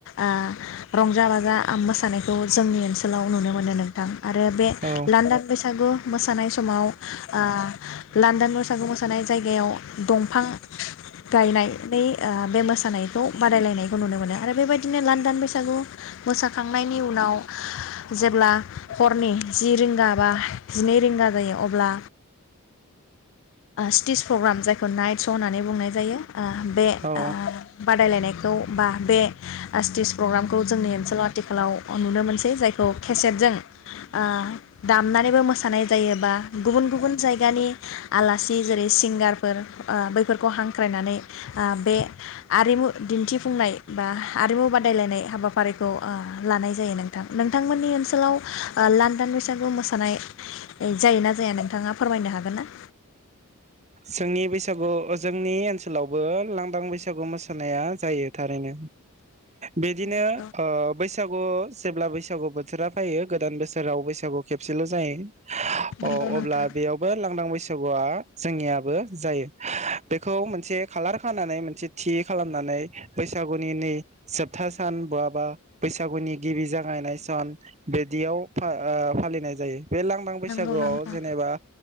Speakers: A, on the left (about 60°); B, on the right (about 30°).
A: ओ रंजा-बाजा मोसानाय खौ जोंनि ओन्सोलाव नुनो मोनो नोंथां। आरो बे
B: औ
A: लान्दां बैसागु मोसानाय समाव आ लांदान बैसागु मोसानाय जायगायाव दंफां गायनायनै बे ओ मोसानायखौ बादायलायनायखौ नुनो मोनो आरो बेबायदिनो लान्दान बैसागु मोसाखांनाय नि उनाव जेब्ला हरनि जि रिंगा बा जिनै रिंगा जायो अब्ला स्टेज प्रग्राम जायखौ नाइट श' होननानै बुंनाय जायो। आ बे
B: औ
A: आ बादायलायनाय खौ बा बे स्टेज प्रग्रामखौ जोंनि ओन्सोलाव आथिखालाव नुनो मोनसै जायखौ केसेटजों आ दामनानैबो मोसानाय जायो बा गुबुन गुबुन जायगानि आलासि जेरै सिंगारफोर ओ बैफोरखौ हांख्रायनानै आ बे आरिमु दिन्थिफुंनाय बा आरिमु बादायलायनाय हाबाफारिखौ ओ लानाय जायो नोंथां। नोंथांमोननि ओन्सोलाव ओ लान्दान बैसागु मोसानाय जायो ना जाया नोंथाङा फोरमायनो हागोन ना?
B: जोंनि बैसागु जोंनि ओन्सोलावबो लांदां बैसागु मोसानाया जायो थारैनो। बिदिनो
A: औ नंगौना?
B: ओ बै बैसागु जेब्ला बैसागु बोथोरा फायो गोदान बोसोराव बैसागु खेबसेल' जायो।
A: नंगौ
B: अ
A: नोंथां
B: अब्ला बेयावबो लांदां बैसागुआ जोंनिया बो जायो बेखौ मोनसे खालार खानानै मोनसे थि खालामनानै बैसागुनि नि जोबथा सान बहाबा बैसागुनि गिबि जागायनाय सान बिदियाव फा ओ फालिनाय जायो। बे लांदां बैसागोआव
A: नंगौ नोंथां
B: जेनेबा